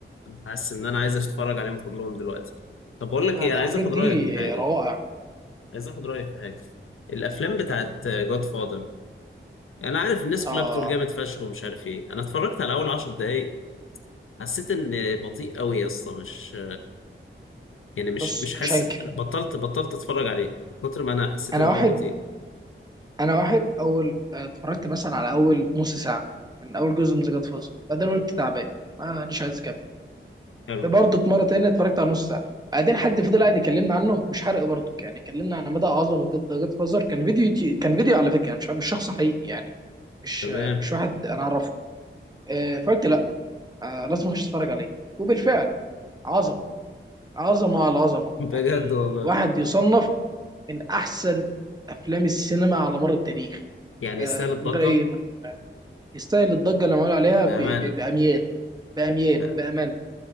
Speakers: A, on the left (about 85°); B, on the right (about 20°).
A: حاسس ان انا عايز اتفرج عليهم كلهم دلوقتي طب بقول لك
B: لا
A: ايه
B: لا
A: انا
B: الحاجات
A: عايز اخد
B: دي
A: رايك في حاجه
B: روائع
A: عايز اخد رايك في حاجه الافلام بتاعت جود فاذر انا عارف الناس كلها
B: آه
A: بتقول جامد فشخ ومش عارف ايه انا اتفرجت على اول عشر دقايق حسيت ان بطيء قوي يا اسطى مش يعني مش
B: بص
A: مش حاسس
B: مش هنكر
A: بطلت بطلت اتفرج عليه من كتر ما انا حسيت
B: أنا
A: ان
B: واحد
A: هو بطيء
B: انا واحد اول آه، اتفرجت مثلا على اول نص ساعه من اول جزء من ذا جاد فازر بعدين قلت تعبان ما مش عايز اكمل
A: حلو
B: برضك مره تانية اتفرجت على نص ساعه بعدين حد فضل قاعد يكلمنا عنه مش حرق برضك يعني كلمنا عن مدى عظمه ذا جاد فازر كان فيديو يوتيوب كان فيديو على فكره يعني مش مش شخص حقيقي يعني مش
A: تمام
B: مش واحد انا اعرفه آه، فقلت لا آه، لازم اخش اتفرج عليه وبالفعل عظمه عظمه على عظمه
A: <laughs> بجد
B: يعني
A: والله
B: واحد يصنف من احسن افلام السينما على مر التاريخ
A: يعني
B: آه،
A: يستاهل الضجه
B: من غير اي من يستاهل الضجه اللي عملوا عليها
A: بامانه
B: ب... ب... باميال باميال
A: بقى.
B: بامانه